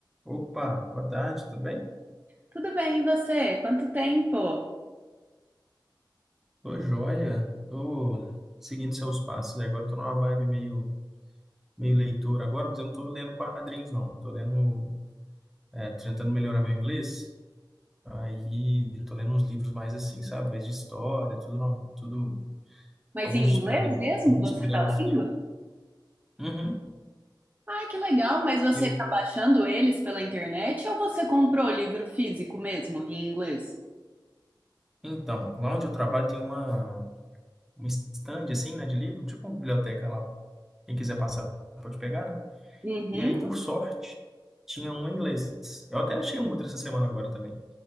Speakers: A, in the centre; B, on the right (about 25°).
A: Opa, boa tarde, tudo bem?
B: Tudo bem, e você? Quanto tempo?
A: Tô joia, tô seguindo seus passos. E agora tô numa vibe meio, meio leitor agora, mas eu não tô lendo quadrinhos, não. Tô lendo, é, tentando melhorar meu inglês. Aí tô lendo uns livros mais assim, sabe? Mais de história, tudo, no- tudo,
B: Mas
A: alguns
B: em
A: inspiraram
B: inglês
A: em,
B: mesmo
A: alguns
B: você
A: que viraram
B: tá
A: filme.
B: lendo?
A: Uhum.
B: ah que legal, mas você
A: E-
B: tá baixando eles pela internet ou você comprou o livro físico mesmo, em inglês?
A: então, lá onde eu trabalho tem uma, um stand assim, né, de livro, tipo uma biblioteca lá. Quem quiser passar pode pegar, né?
B: Uhum,
A: E aí, por sorte, tinha um inglês. Eu até achei um outro essa semana agora também.